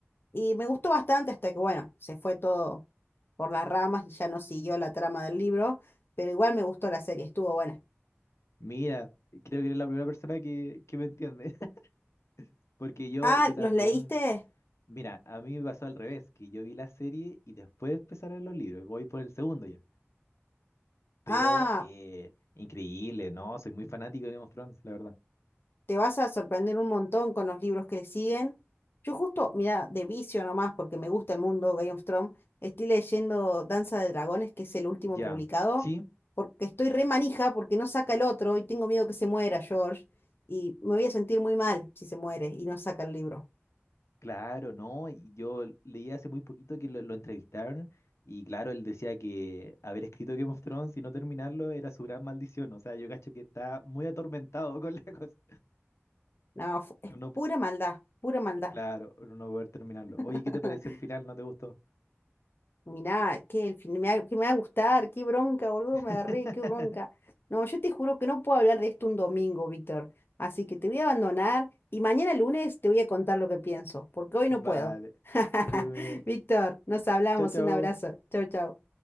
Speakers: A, on the left; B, on the left.
A: Y me gustó bastante hasta que, bueno, se fue todo por las ramas y ya no siguió la trama del libro, pero igual me gustó la serie, estuvo buena.
B: Mira, creo que eres la primera persona que, que me entiende. <laughs> Porque yo,
A: Ah,
B: yo también.
A: ¿los leíste?
B: Mira, a mí me pasó al revés, que yo vi la serie y después empezaron los libros. Voy por el segundo ya. Pero
A: Ah,
B: eh, increíble, ¿no? Soy muy fanático de Game of Thrones, la verdad.
A: te vas a sorprender un montón con los libros que le siguen. Yo justo, mira, de vicio nomás, porque me gusta el mundo Game of Thrones, estoy leyendo Danza de Dragones, que es el último
B: Ya,
A: publicado,
B: sí,
A: porque estoy re manija, porque no saca el otro y tengo miedo que se muera George, y me voy a sentir muy mal si se muere y no saca el libro.
B: claro, ¿no? Y yo leí hace muy poquito que lo, lo entrevistaron y claro, él decía que haber escrito Game of Thrones y no terminarlo era su gran maldición. O sea, yo cacho que está muy atormentado <laughs> con la cosa.
A: No, fu- es
B: Con no,
A: pura maldad, pura maldad.
B: claro, no poder terminarlo. Oye,
A: <laughs>
B: ¿qué te pareció el final? ¿No te gustó?
A: Mirá, que el fin me va, que me va a gustar, qué bronca, boludo,
B: <laughs>
A: me agarré, qué bronca. No, yo te juro que no puedo hablar de esto un domingo, Víctor. Así que te voy a abandonar y mañana lunes te voy a contar lo que pienso, porque hoy
B: Vale,
A: no puedo. <laughs>
B: que estés muy bien.
A: Víctor, nos hablamos,
B: Chao, chao.
A: un abrazo. Chau, chau.